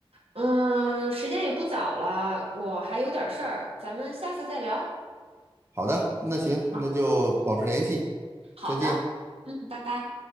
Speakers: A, on the right (about 80°); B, on the right (about 25°).
A: 嗯，时间也不早了，我还有点事儿，咱们下次再聊。
B: 好的，那行，
A: 好，
B: 那就保持联系，
A: 嗯。好的，
B: 再见。
A: 嗯，拜拜。